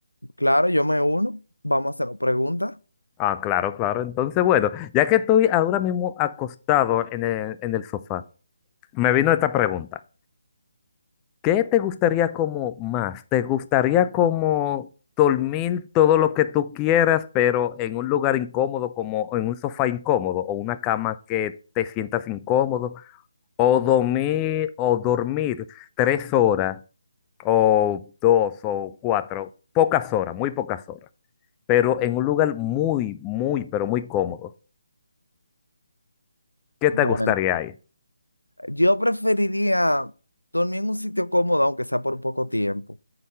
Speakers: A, on the left (about 85°); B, on the left (about 15°).
A: claro, yo me uno. Vamos a hacer preguntas.
B: Ah, claro, claro. Entonces, bueno, ya que estoy ahora mismo acostado en el, en el sofá, me vino esta pregunta. ¿Qué te gustaría como más? ¿Te gustaría como dormir todo lo que tú quieras, pero en un lugar incómodo, como en un sofá incómodo o una cama que te sientas incómodo? ¿O dormir, o dormir tres horas o dos o cuatro, pocas horas, muy pocas horas, pero en un lugar muy, muy, pero muy cómodo? ¿Qué
A: Bueno,
B: te gustaría ahí?
A: Yo preferiría dormir en un sitio cómodo, aunque sea por poco tiempo,